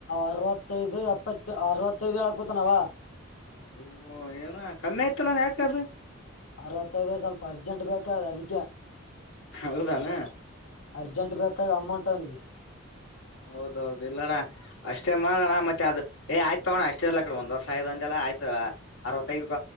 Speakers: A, on the left; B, on the left.
A: ಅರವತ್ತೈದು ಎಪ್ಪತ್ತು ಅರವತ್ತೈದು ಕತ ನಾವ
B: ಹು ಹು ಏನ ಕನ್ನೇ ಇತ್ತಅಲ್ಲ ಯಾಕ ಅದ.
A: ಅರವತ್ತೈದು ಸ್ವಲ್ಪ ಅರ್ಜೆಂಟ್ ಬೇಕ್ರ ಹೇಳಅದಕ್ಕೆ.
B: ಹೌದೇನ.
A: ಅರ್ಜೆಂಟ್ ಬೇಕನ ಅಮೌಂಟ್ ಅವ್ನಿಗೆ.
B: ಹೌದೌ ಹೌದ ಇಲ್ಲಡ. ಅಷ್ಟೇ ಮಾಡಣ್ಣ ಮತ್ತೆ ಅದ್ ಏ ಆಯ್ತ ತೋಣ ಅಷ್ಟ ಇರ್ಲಕ ಕಡೆ ಒಂದ್ ವರ್ಷ ಆಯ್ತಾ ಅಂತೆಲ್ಲ ಆಯ್ತ. ಅರವತ್ತೈದ್ಕ